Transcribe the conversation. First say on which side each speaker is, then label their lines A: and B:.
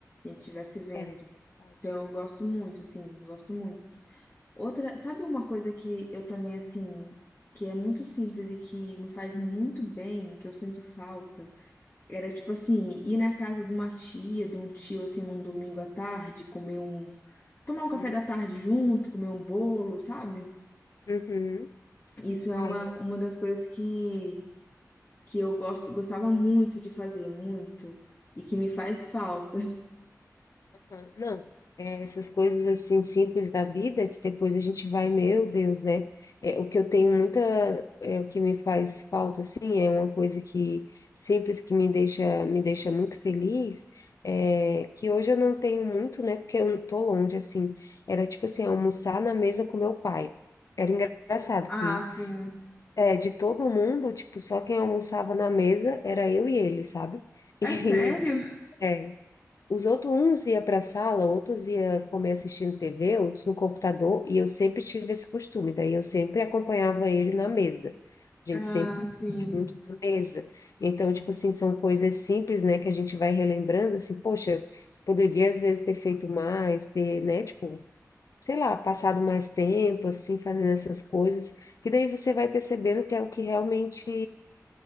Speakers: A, on the left; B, on the left.
A: a gente estivesse vendo.
B: É verdade.
A: Então, eu gosto muito, assim, gosto muito. Outra, sabe uma coisa que eu também, assim, que é muito simples e que me faz muito bem, que eu sinto falta? Era, tipo assim, ir na casa de uma tia, de um tio, assim, num domingo à tarde, comer um. Tomar um café
B: Uhum.
A: da tarde junto, comer um bolo, sabe?
B: Uhum.
A: Isso é
B: Ai,
A: uma,
B: é.
A: uma das coisas que, que eu gosto, gostava muito de fazer, muito, e que me faz
B: Ah,
A: falta.
B: Aham, Não, É, essas coisas assim simples da vida que depois a gente vai, meu Deus, né? É, o que eu tenho muita, é, o que me faz falta assim é uma coisa que simples que me deixa me deixa muito feliz, é, que hoje eu não tenho muito, né? Porque eu não tô longe assim. Era tipo assim almoçar na mesa com meu pai. Era engraçado
A: Ah,
B: que
A: sim.
B: é, de todo mundo, tipo, só quem almoçava na mesa era eu e ele, sabe?
A: É
B: <laughs>
A: sério?
B: E é, os outros, uns ia para a sala, outros ia comer assistindo TV, outros no computador, e eu sempre tive esse costume, daí eu sempre acompanhava ele na mesa. A gente
A: Ah,
B: sempre comia
A: sim.
B: junto na mesa. Então, tipo assim, são coisas simples, né, que a gente vai relembrando, assim, poxa, poderia às vezes ter feito mais, ter, né, tipo, sei lá, passado mais tempo, assim, fazendo essas coisas, que daí você vai percebendo que é o que realmente